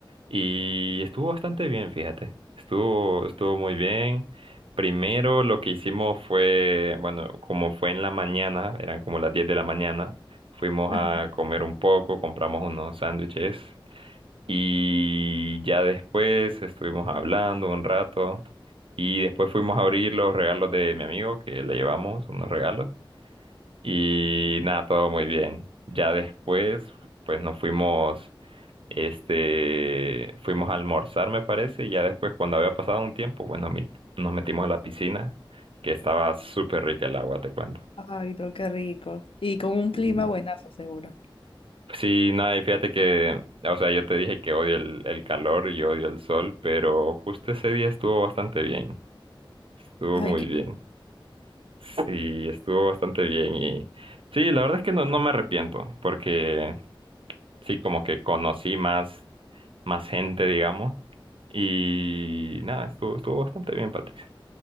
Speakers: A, on the right; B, on the left.
A: y estuvo bastante bien, fíjate. Estuvo, estuvo muy bien. Primero lo que hicimos fue, bueno, como fue en la mañana, eran como las 10 de la mañana, fuimos
B: ajá.
A: a comer un poco, compramos unos sándwiches y ya después estuvimos hablando un rato y después fuimos a abrir los regalos de mi amigo que le llevamos unos regalos y nada, todo muy bien. Ya después pues nos fuimos, este, fuimos a almorzar me parece y ya después cuando había pasado un tiempo pues nos, mi- nos metimos a la piscina que estaba súper rica el agua, te cuento.
B: Ay, no, qué rico. Y con un clima
A: Sí.
B: buenazo, seguro.
A: Sí, nada, y fíjate que, o sea, yo te dije que odio el, el calor y odio el sol, pero justo ese día estuvo bastante bien, estuvo
B: Ay,
A: muy
B: qué,
A: bien, sí, estuvo bastante bien y sí, la verdad es que no, no me arrepiento, porque sí, como que conocí más, más gente, digamos, y nada, estuvo, estuvo bastante bien, Patricia.